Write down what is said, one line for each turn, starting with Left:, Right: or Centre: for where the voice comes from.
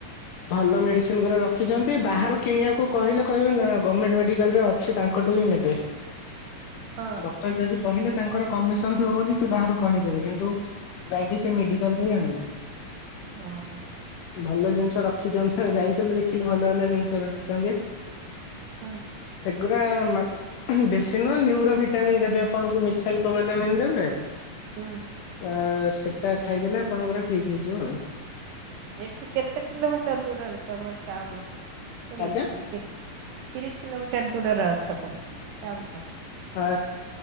Left: ଭଲ ମେଡିସିନ ଗୁରା ରଖିଛନ୍ତି ବାହାରୁ କିଣିବାକୁ କହିଲେ କହିବେ ନା ଗଭର୍ଣ୍ଣମେଣ୍ଟ ମେଡିକାଲ ରେ ଅଛି ତାଙ୍କଠୁ ହିଁ ନେବେ
Right: ହଁ।
Left: ଡକ୍ଟର ଯଦି କହିଲେ ତାଙ୍କର କମିଶନ ଥିବ ବୋଲି ସେ ବାହାରୁ କହିଦେବେ କିନ୍ତୁ ଯାଇକି ସେ ମେଡିକାଲ ଧରି ଆଣିବେ।
Right: ଓ ହୋ,
Left: ଭଲ ଜିନିଷ ରଖିଛନ୍ତି ଯାଇଥିଲେ ଦେଖିଲେ ଭଲ ଭଲ ଜିନିଷ ରଖିଛନ୍ତି।
Right: ହଁ
Left: ସେଗୁରା ମା ବେଶୀ ନୁହଁ ନ୍ୟୁରୋ ଭିଟାମିନ ଦେବେ ଆପଣଙ୍କୁ ମିଠାଲ କଲାମନ୍ ଦେବେ।
Right: ହୁଁ
Left: ଅ ସେଟା ଖାଇଦେଲେ ଆପଣଙ୍କର ଠିକ ହେଇଯିବ ଆଉ।
Right: ଏଠୁ କେତେ କିଲୋମିଟର ଦୂରରେ ତମର ଟାଉନ କୋଡ଼ିଏ
Left: ଆଜ୍ଞା?
Right: ନା କେ ତିରିଶ କିଲୋମିଟର ଦୂରରେ ଅଛ ତମେ ଟାଉନ ଠାରୁ।
Left: ଆ।